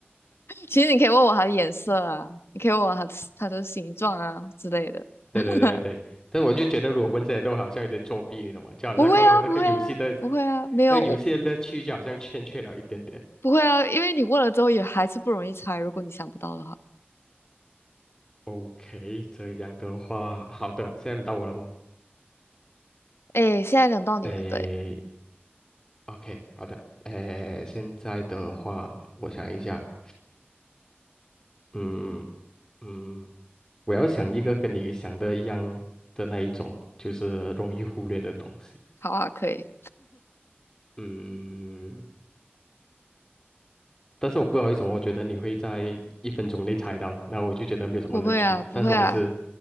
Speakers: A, on the left; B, on the left.
A: 其实你可以问我它的颜色啊，你可以问我它它的形状啊之类的。
B: 对对对对，
A: <laughs>
B: 但我就觉得，如果问这些都好像有点作弊，你懂吗？叫那个那个游戏的，
A: 不会啊，不会啊，不会啊，没有，
B: 那个游戏的乐趣就好像欠缺了一点点。
A: 我不会啊，因为你问了之后也还是不容易猜，如果你想不到的话。
B: OK，这样的话，好的，现在轮到我了吗？
A: 哎，现在轮到你了，
B: 诶
A: 对，
B: ，OK，好的，诶，现在的话，我想一下，嗯嗯，我要想一个跟你想的一样的那一种，就是容易忽略的东西。
A: 好啊，可以。
B: 嗯，但是我不好意思，我觉得你会在一分钟内猜到，那我就觉得没有什么乐趣。
A: 不会啊，不会啊，
B: 但是我还是